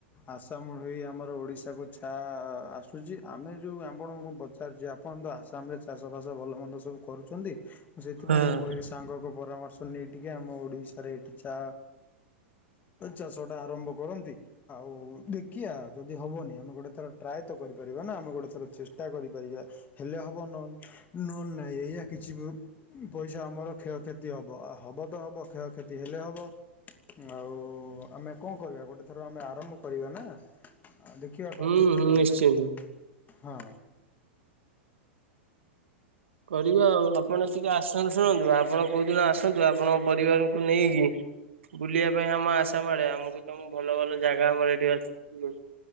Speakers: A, on the left; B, on the right.
A: ଆସାମରୁ ହିଁ ଆମର ଓଡିଶାକୁୁ ଚା ଆସୁଛି ଆମେ ଯୋଉ ଆପଣ ମୁଁ ପଚାରୁଚି ଆପଣତ ଆସାମରେ ଚାଷ ବାସ ଭଲ ମନ୍ଦ ସବୁ କରୁଛନ୍ତି ମୁଁ ସେଥିପାଇଁ
B: ହଁ।
A: ମୁଁ କିହିଲି ସାଙ୍ଗଙ୍କ ପରାମର୍ଶ ନେଇ ଟିକିଏ ଆମ ଓଡ଼ିଶାରେ ଏଠି ଚା ଚାଷ ଟା ଆରମ୍ଭ କରନ୍ତି ଆଉ ଦେଖିିବା ଯଦି ହବନି ଆମେ ଗୋଟେ ତର ଟ୍ରାଏତ କରିପାରିବା ନା ଆମେ ଗୋଟେ ଥର ଚେଷ୍ଟା କରିପାରିବା ହେଲେ ହେବ ନହେଲେ ନାହିଁ ଏଇଆ କିଛି ବି ପଇସା ଆମର କ୍ଷୟକ୍ଷତି ହବ ହବ ତ ହବ କ୍ଷୟକ୍ଷତି ହେଲେ ହବ ଆଉ ଆମେ କଣ କରିବା ଗୋଟେ ଥର ଆମେ ଆରମ୍ଭ କରିବା ନା ଦେଖି ଦେଖିବା
B: ହୁଁ
A: କଣ ହେଉଛି
B: ହୁଁ
A: କଣ
B: ନିଶ୍ଚିନ୍ତ।
A: ନାହିଁ ହଁ।
B: କରିବା ଆଉ ଆପଣ ଟିକେ ଆସ ଶୁଣନ୍ତୁ, ଆପଣ କେଉଁଦିନ ଆସନ୍ତୁ ଆପଣଙ୍କ ପରିବାରକୁ ନେଇକି। ବୁଲିବା ପାଇଁ ଆମ ଆଶାମା ଆଡ଼େ, ଆମକୁ ତମ ଭଲ ଭଲ ଜାଗା ଆମର ଏଠି ଅଛି ବୁଲେଇବୁ।